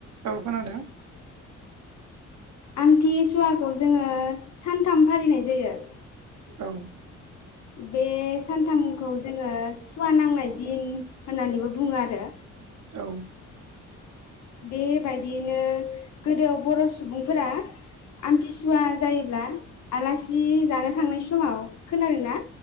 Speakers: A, on the right; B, on the left.
A: औ खोनादों।
B: आमथि सुवाखौ जोङो सानथाम फालिनाय जायो।
A: औ
B: बे सानथामखौ जोङो सुवा नांनाय दिन होननानैबो बुङो आरो।
A: औ
B: बेबायदियैनो गोदो बर' सुबुंफोरा आमथिसुवा जायोब्ला आलासि जानो थांनाय समाव खोनादों ना?